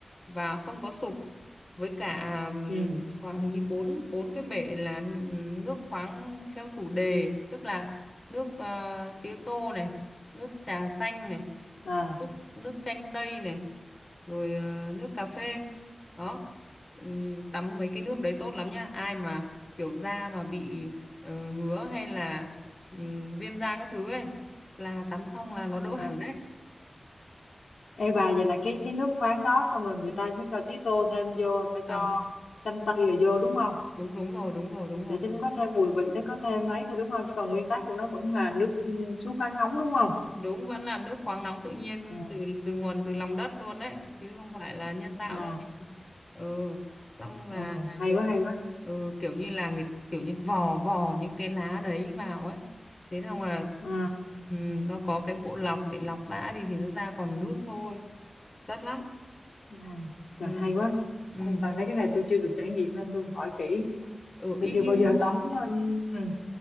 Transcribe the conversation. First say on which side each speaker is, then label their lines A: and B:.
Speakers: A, on the left (about 35°); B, on the left (about 90°).
A: và không có sục với cả ừm,
B: ừ
A: khoảng hình như bốn bốn cái bể là nước khoáng theo chủ đề tức là nước ờ, tía tô này nước trà xanh này
B: à,
A: ờ, nước nước chanh tây này rồi ờ, nước cà phê đó Ừm, tắm mấy cái nước đấy tốt lắm nhá ai mà kiểu da mà bị ờ, ngứa hay là ừm, viêm da các thứ ấy là tắm xong là nó đỡ hẳn
B: à.
A: đấy
B: Ê bà vậy là cái cái nước khoáng đó xong rồi người ta mới cho tí tô thêm vô người ta cho
A: à
B: chanh tây rồi vô đúng không
A: đúng đúng rồi đúng rồi đúng rồi
B: để cho nó có thêm mùi vị nó có thêm mấy thôi đúng không chứ còn nguyên tắc của nó vẫn là nước ừ, suối khoáng nóng đúng không
A: đúng vẫn là nước khoáng nóng tự nhiên
B: ừ
A: từ từ nguồn từ lòng đất luôn đấy chứ không phải là nhân tạo
B: ừ
A: đâu nha. ừ xong là
B: ừ hay
A: người
B: quá hay quá
A: ừ, kiểu như là người kiểu như vò vò những cái lá đấy vào ấy thế xong là
B: ừ
A: ừ, nó có cái bộ lọc để lọc bã đi thì nó ra còn nước thôi chất lắm
B: à,
A: ừ
B: trời hay quá
A: ừ,
B: ông tại mấy cái này tôi chưa được trải nghiệm nên tôi hỏi kỹ
A: ừ
B: tôi
A: y,
B: chưa
A: y,
B: bao giờ
A: như-
B: tắm ừ, ừ,